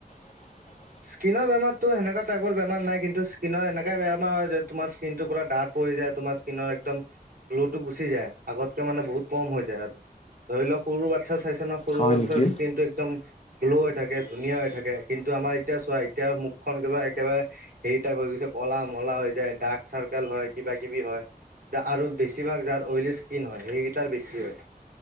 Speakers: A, on the left; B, on the right.
A: <inaudible>
B: স্কিনৰ বেমাৰটো সেনেকোৱা টাইপৰ বেমাৰ নাই, কিন্ত সকিনৰ এনেকা বেমাৰ হয় যে তোমাৰ স্কিনটো পোৰা ডাক পৰি যায় তোমাৰ স্কিনৰ একদম গ্ল' টো গুচি যায়। আগতকে মানে বহুত কম হৈ যায় আৰু, ধৰি লওক সৰু বাচ্ছা চাই ছ ন সৰু
A: হয়
B: বাচ্ছা
A: নেকি
B: স্কিনটো একদম গ্ল' হৈ থাকে ধুনীয়া হৈ থাকে, কিন্তু আমাৰ এতিয়া চোৱা এতিয়া মুখখন কিবা একেবাৰে হেৰি টাইপ হৈ গৈছে কলা মলা হৈ যায় ডাৰ্ক চাৰ্কল হয়, কিবা কিবি হয় আৰু বেছিভাগ যাৰ অইলি ইচ কিন হয় সেইকেইটাৰ বেছি হয়,